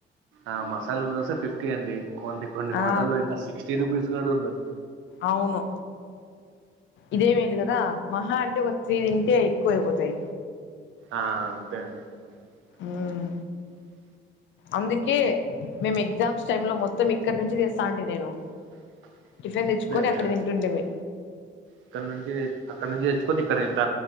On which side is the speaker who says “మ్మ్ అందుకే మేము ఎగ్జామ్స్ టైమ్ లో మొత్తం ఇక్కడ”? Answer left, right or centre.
Left